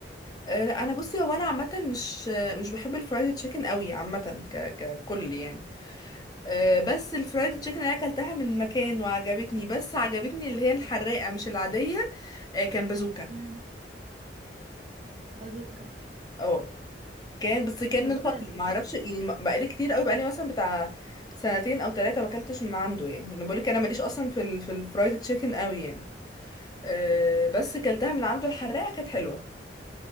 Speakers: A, on the left (about 20°); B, on the right (about 40°).
A: آه، لا انا بصي هو انا عامه مش آه، مش بحب الفرايد تشيكن قوي عامه ك... ككل يعني آه، بس الفرايد تشيكن اللي انا اكلتها من مكان وعجبتني بس عجبتني اللي هي الحراقه مش العاديه آه، كان بازوكا
B: مم. بازوكا
A: اه كان بس كان
B: بازوكا
A: من فتره
B: الفرايد
A: ما اعرفش
B: تشيكن
A: يعني م- بقالي كتير قوي بقالي مثلا بتاع سنتين او ثلاثه ما اكلتش من عنده يعني انا بقولك انا ماليش اصلا في ال... في الفرايد تشيكن قوي يعني أه بس كلتها من عنده الحراقه كانت حلوه